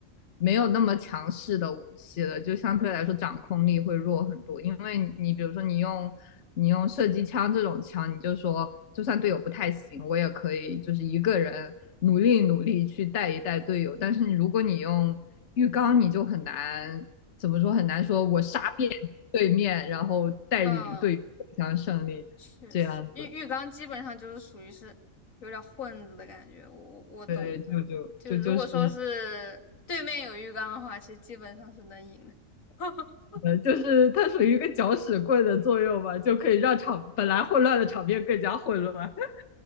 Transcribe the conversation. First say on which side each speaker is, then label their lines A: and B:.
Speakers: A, on the left (about 60°); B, on the left (about 80°).
A: 没有那么强势的武器了，就相对来说掌控力会弱很多。因为你比如说你用你用射击枪这种枪，你就说就算队友不太行，我也可以就是一个人努力努力去带一带队友。但是你如果你用浴缸，你就很难怎么说很难说我杀遍对面，然后带领队友走向胜利这样子。
B: 嗯，确实浴浴缸基本上就是属于是有点混子的感觉。我我懂的，
A: 对，就就就就是
B: 就是如果说是对面有浴缸的话，其实基本上是能赢的。<laughs>
A: 呃，就是它属于一个搅屎棍的作用吧，就可以让场本来混乱的场面更加混乱。<laughs>